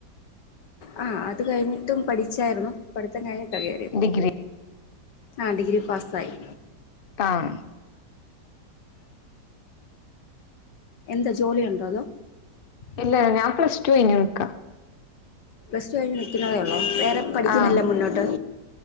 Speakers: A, on the left; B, on the left.
A: ആ അത് കഴിഞ്ഞിട്ടും പഠിച്ചായിരുന്നു പഠിത്തം കഴിഞ്ഞിട്ടോ കേറിയത്
B: ഡിഗ്രി
A: ആഹ ഡിഗ്രി പാസ് ആയി
B: ആഹ്
A: എന്താ ജോലിയ ഉണ്ടോ അതോ
B: ഇല്ല ഞാൻ പ്ലസ് ടു കഴിഞ്ഞ് നിക്കാ
A: പ്ലസ് ടു കഴിഞ്ഞഞ് നൽക്കുന്നതേ ഉള്ളോ വേറെ പഠിക്കുന്നില്ലേ
B: ആഹ്
A: മുന്നോട്ട്